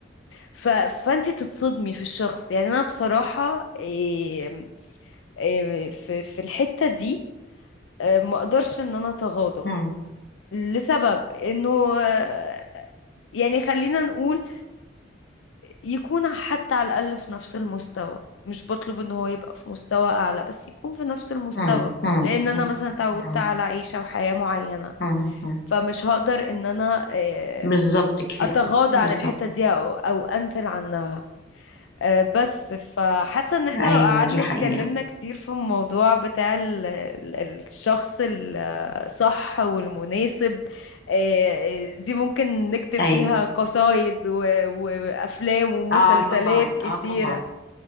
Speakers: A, on the left; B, on the left.
A: ف... فانت تتصدمي في الشخص يعني انا بصراحة إيه... إيه... في... في الحتة دي إيه... ما اقدرش ان انا اتغاضى
B: مم،
A: لسبب انه آه، يعني خلينا نقول يكون حتى على الأقل في نفس المستوى مش بطلب ان هو يبقى في مستوى أعلى بس يكون في نفس المستوى
B: مم، مم،
A: لأن أنا
B: مم،
A: مثلا اتعودت
B: مم،
A: على عيشة وحياة معينة
B: مم. مم.
A: فمش هقدر ان انا آه،
B: بالظبط كده
A: اتغاضى
B: بالظبط
A: عن الحتة دي او او انزل عنها آه، بس فحاسه ان احنا
B: ايوه
A: لو قعدنا
B: دي حقيقة
A: اتكلمنا كتير في الموضوع بتاع ال- ال- الشخص الصح والمناسب آه، آه، دي ممكن نكتب فيها
B: ايوه
A: قصايد و- وافلام ومسلسلات
B: اه طبعا
A: كتيره
B: اه طبعا